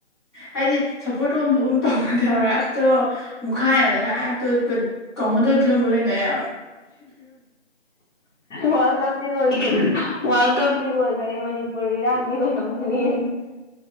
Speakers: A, on the left; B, on the left.
A: ꯍꯥꯏꯗꯤ ꯁꯞꯄꯣꯔꯠ ꯇꯧꯐꯝ ꯊꯣꯛꯐꯝ ꯇꯧꯅꯗꯦꯕ ꯍꯦꯛꯇꯥ ꯃꯨꯈꯥꯏ ꯉꯥꯏꯥꯛꯇ ꯀꯧꯅꯗꯕ ꯐꯤꯕꯝ ꯑꯃ ꯂꯩꯅꯩꯑꯕ
B: ꯋꯥꯔꯜ ꯀꯞ ꯇꯔ ꯍ ꯈ ꯋꯥꯔꯜ ꯀꯞꯇꯤ ꯂꯣꯏꯈꯔꯦ ꯃꯅꯤꯄꯨꯔ ꯏꯔꯥꯡꯗꯤ ꯂ ꯂꯧꯗꯔ꯭ꯤ